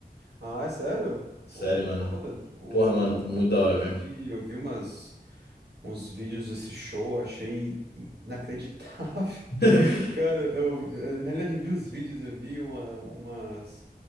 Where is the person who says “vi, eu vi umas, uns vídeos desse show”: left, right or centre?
Right